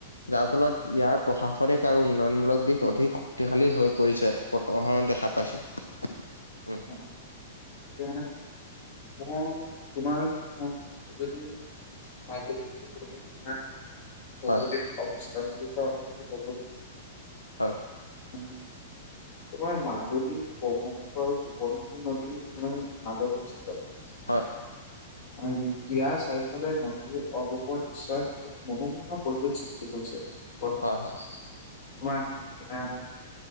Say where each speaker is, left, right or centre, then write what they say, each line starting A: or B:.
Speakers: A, on the left; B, on the left.
A: যাৰ ফলত ইয়াৰ প্ৰশাসনিক আৰু উন্নয়নমূলক দিশ অধিক শক্তিশালী হৈ পৰিছে। পথ অখন দেখা পাইছো। উম
B: অ, এতিয়া মানে অ তোমাৰ যদি মাধুৰী <unintelligible> ভৌগোলিক
A: হয়
B: অৱস্থানৰ বিষয়ে অলপ কি ক'ব।
A: হয়
B: উম, তোমাৰ এ মাজুলী, ব্ৰহ্মপুত্ৰ আৰু সোৱণশিৰি নদী তোমাৰ মাজত অৱস্থিত।
A: হয়
B: <inaudible> অ ই ইয়াৰ চাৰিফালে নদীৰ অপূৰ্ব দৃশ্যৰ এক মনোমোহা পৰিৱেশ সৃষ্টি কৰিছে। অ',
A: হয় হয়
B: তোমাৰ <unintelligible>